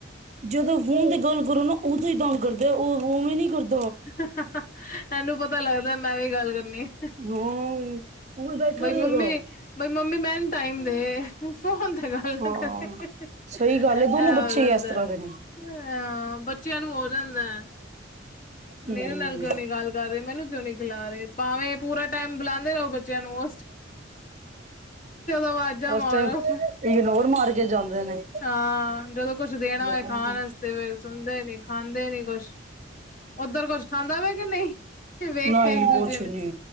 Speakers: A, on the right; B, on the left.
A: ਜਦੋਂ ਫੋਨ ਦੀ ਗੱਲ ਕਰੋ ਨਾ ਉਦੋਂ ਹੀ ਤੰਗ ਕਰਦੇ ਉਵੇਂ ਨੀ ਕਰਦੇ
B: ਇਹਨੂੰ ਪਤਾ ਲੱਗਦਾ ਮੈਂ ਵੀ ਗੱਲ ਕਰਨੀ ਆ,
A: ਹਾਂ, ਹੁਣ ਬੈਠਾ ਸੀਗਾ,
B: ਮੰਮੀ ਬਈ ਮੰਮੀ ਮੈਂਨੂੰ ਟਾਈਮ ਦੇ ਫੋਨ ਗੱਲ
A: ਹਾਂ
B: ਕਰਕੇ ਇਹ
A: ਸਹੀ ਗੱਲ ਹੈ ਦੋਨੋ
B: ਹੋ
A: ਬੱਚੇ
B: ਜਾਂਦਾ,
A: ਹੀ ਇਸ ਤਰ੍ਹਾਂ ਦੇ ਨੇ
B: ਹਾਂ, ਬੱਚਿਆਂ ਨੂੰ ਹੋ ਜਾਂਦਾ ਹੈ।
A: ਹਮ
B: ਮੇਰੇ ਨਾਲ ਕਿਉਂ ਨੀ ਗੱਲ ਕਰ ਰਹੇ ਮੈਨੂੰ ਕਿਉਂ ਨੀ ਖਿਲਾ ਰਹੇ ਭਾਵੇਂ ਪੂਰਾ ਟਾਈਮ ਬੁਲਾਉਂਦੇ ਰਹੋ ਬੱਚਿਆਂ ਨੂੰ ਉਹ ਆਵਾਜ਼ਾਂ
A: ਉਸ
B: ਮਾਰੋ
A: ਟਾਈਮ ਇਗਨੋਰ ਮਾਰ ਕੇ ਜਾਂਦੇ ਨੇ,
B: ਹਾਂ, ਜਦੋਂ ਕੁਛ ਦੇਣਾ
A: ਹਾਂ
B: ਹੋਏ ਖਾਣ ਵਾਸਤੇ ਫਿਰ ਸੁਣਦੇ ਨੀ ਖਾਂਦੇ ਨੀ ਕੁਛ। ਉੱਧਰ ਕੁੱਛ ਖਾਂਦਾ ਵੇ? ਨਹੀਂ, ਵੇਖ
A: ਨਹੀਂ
B: ਕੇ ਇੱਕ ਦੂਜੇ
A: ਕੁਛ
B: ਨੇ
A: ਨੀ